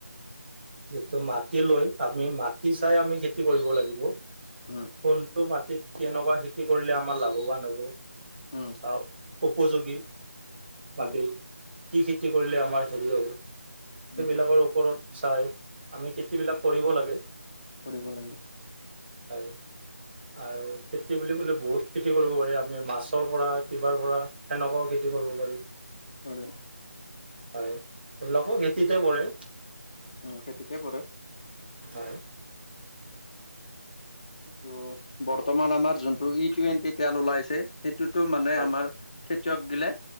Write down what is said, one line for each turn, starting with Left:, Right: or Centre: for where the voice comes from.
Right: যিহেতু মাটি লৈ, আমি মাটি চাই আমি খেতি কৰিব লাগিব।
Left: উম
Right: কোনটো মাটিত কেনেকুৱা খেতি কৰিলে আমাৰ লাভৱান হ'ব।
Left: উম।
Right: বা উপযোগী
Left: হয়
Right: মাটি, কি খেতি কৰিলে আমাৰ হেৰি হ'ব। সেইবিলাকৰ
Left: উম
Right: ওপৰত চাই, আমি খেতিবিলাক কৰিব লাগে।
Left: কৰিব লাগে।
Right: হয় আৰু খেতি বুলি ক'লে বহুত খেতি কৰিব পাৰি, আমি মাছৰ পৰা কিবাৰ পৰা সেনেকুৱাও খেতি খেতি কৰিব পাৰোঁ।
Left: হয়।
Right: হয়, এইবিলাকো খেতিতে পৰে।
Left: উম, খেতিতে পৰে।
Right: হয়।
Left: ত'বৰ্তমান আমাৰ যোনটো ই টুৱেণ্টি তেল ওলাইছেই সেইটো মানে
Right: হয়
Left: আমাৰ খেতিয়ক গিলে